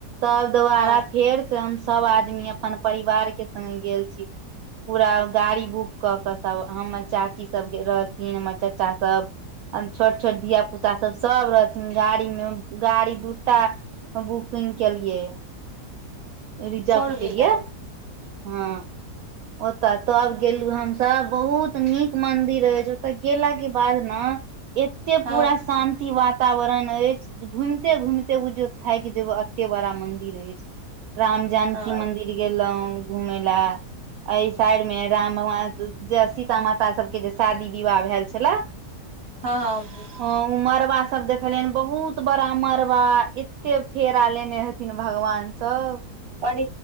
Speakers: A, on the right; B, on the right.
A: तब दोबारा
B: हँ
A: फेर से हम सब आदमी अपन परिवार के संगे गेल छी पूरा गाड़ी बुक क क सब हमर चाची सब गेल रहथिन हमर चाचा सब छोट छोट धिया पुता सब सब रहथिन गाड़ी मे गाड़ी दूटा बुकिंग केलियै रिजप
B: फोर व्हीलर
A: केलियै हँ ओतय तब गेलु हमसब बहुत नीक मंदिर अछि ओतय गेला के बाद न एते पूरा
B: हँ
A: शान्ति वाता वरण अछि घूमते घूमिते उ जे थाइक जेब एते बड़ा मंदिर अछि राम जानकी
B: हँ
A: मंदिर गेलौं घूमे लए एहि साइड मे राम भगवान जे सीता माता सबके जे शादी विवाह भेल छले <inaudible>
B: हँ अब
A: हं उ मड़बा सब देखलियन बहुत बड़ा मड़बा एते फेरा लेने हे थिन भगवान सब
B: पर